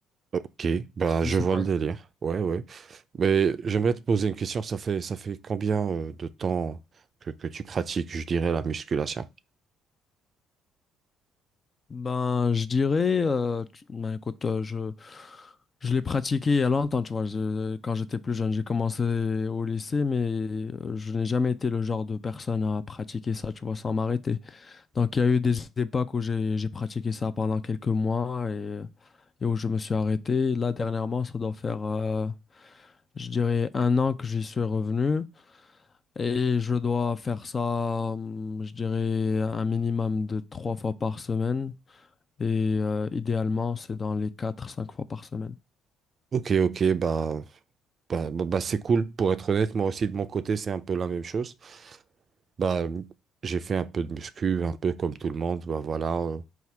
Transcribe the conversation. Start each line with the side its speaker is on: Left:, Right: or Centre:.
Right: Ok, bah
Left: je
Right: je
Left: sais
Right: vois
Left: pas.
Right: le délire. Ouais, ouais. Mais j'aimerais te poser une question, ça fait ça fait combien euh, de temps que, que tu pratiques, je dirais, la musculation?
Left: Ben, je dirais, euh, tu- ben, écoute, euh, je, je l'ai pratiqué il y a longtemps, tu vois, je- quand j'étais plus jeune, j'ai commencé au lycée, mais euh, je n'ai jamais été le genre de personne à pratiquer ça, tu vois, sans m'arrêter. Donc, il y a eu des époques où j'ai j'ai pratiqué ça pendant quelques mois et, et où je me suis arrêté. Là, dernièrement, ça doit faire, euh, je dirais, un an que j'y suis revenu. Et je dois faire ça, hum, je dirais, un minimum de trois fois par semaine. Et euh, idéalement, c'est dans les quatre, cinq fois par semaine.
Right: Ok, ok, bah Bah, bah, bah, c'est cool, pour être honnête, moi aussi de mon côté, c'est un peu la même chose. Bah, j'ai fait un peu de muscu, un peu comme tout le monde, bah voilà. euh,